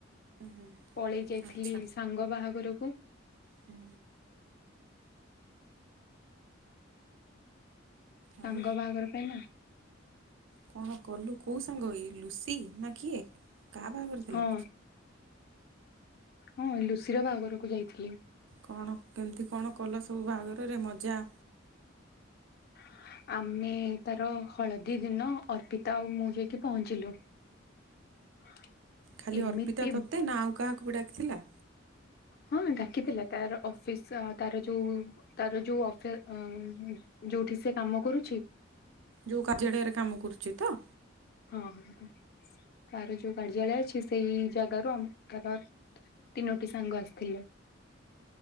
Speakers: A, on the right; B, on the left.
A: ହୁଁ ହୁଁ
B: ପଳେଇ ଯାଇଥିଲି
A: ଆଚ୍ଛା
B: ସାଙ୍ଗ ବାହାଘରକୁ
A: ହୁଁ।
B: ସାଙ୍ଗ
A: ଆଉ
B: ବାହାଘର ପାଇଁ ନା
A: କଣ କଲୁ କୋଉ ସାଙ୍ଗ ଇଏ ଲୁସି ନା କିଏ କାହା ବାହାଘର ଥିଲା?
B: ହଁ ହଁ ଲୁସିିର ବାହାଘରକୁ ଯାଇଥିଲି।
A: କଣ କେମିତି କଣ କଲ ସବୁ ବାହାଘରରେ ମଜା?
B: <inaudible> ଆମେ ତାର ହଳଦୀ ଦିନ ଅର୍ପିତା ଆଉ ମୁଁ ଯାଇକି ପହଞ୍ଚିଲୁ। <inaudible>
A: ଖାଲି
B: ଏମିତି
A: ଅର୍ପିତା ତୋତେ ନା ଆଉ କାହାକୁ ବି ଡାକିଥିଲା?
B: ହଁ ଡାକିଥିଲା ତାର ଅଫିସ୍ ଆ ତାର ଯୋଉ ତାର ଯୋଉ ଅଫେ ଆଁ ଯୋଉଠି ସେ କାମ କରୁଛି
A: ଯୋଉ କାର୍ଯ୍ୟାଳୟରେ କାମ କରୁଛି ତ?
B: ହଁ ହଁ ତା ତାର ଯୋଉ କାର୍ଯ୍ୟାଳୟ ଅଛି ସେଇ ଜାଗାରୁ ଆମ ତାର ତିନୋଟି ସାଙ୍ଗ ଆସିଥିଲେ।